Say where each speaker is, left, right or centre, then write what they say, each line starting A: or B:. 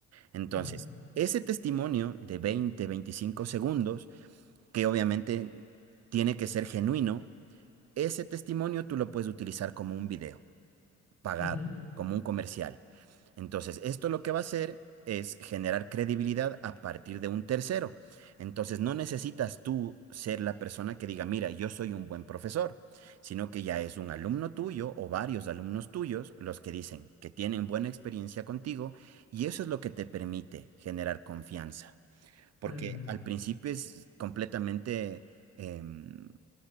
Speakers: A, on the right (about 55°); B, on the left (about 60°).
A: Entonces,
B: ujú,
A: ese testimonio de 20, 25 segundos, que obviamente tiene que ser genuino, ese testimonio tú lo puedes utilizar como un video pagado,
B: ujú,
A: como un comercial. Entonces, esto lo que va a hacer es generar credibilidad a partir de un tercero. Entonces, no necesitas tú ser la persona que diga, mira, yo soy un buen profesor, sino que ya es un alumno tuyo o varios alumnos tuyos los que dicen que tienen buena experiencia contigo y eso es lo que te permite generar confianza. Porque
B: ujú, mm.
A: al principio es completamente... em,